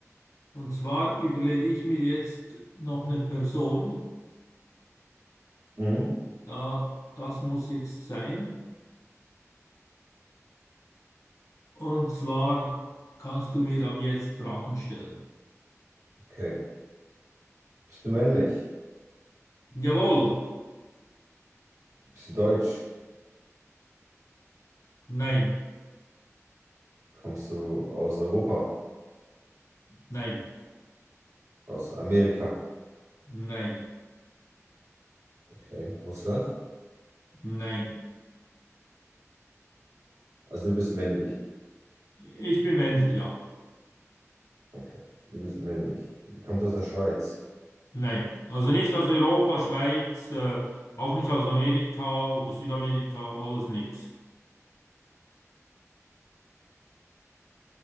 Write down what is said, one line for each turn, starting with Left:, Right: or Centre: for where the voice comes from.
Left: Und zwar überlege ich mir jetzt noch eine Person,
Right: Mhm. <laughs>
Left: da das muss jetzt sein. Und zwar kannst du mir ab jetzt Fragen stellen.
Right: Okay. Bist du männlich?
Left: Jawohl,
Right: Bist du deutsch?
Left: nein,
Right: Kommst du aus Europa?
Left: nein,
Right: Aus Amerika?
Left: nein,
Right: Okay. Russland?
Left: nein.
Right: Also du bist männlich.
Left: Ich bin männlich, ja.
Right: Okay. Du bist männlich. Du kommst aus der Schweiz.
Left: Nein. Also nicht aus Europa, Schweiz, äh, auch nicht aus Amerika oder Südamerika, alles nix.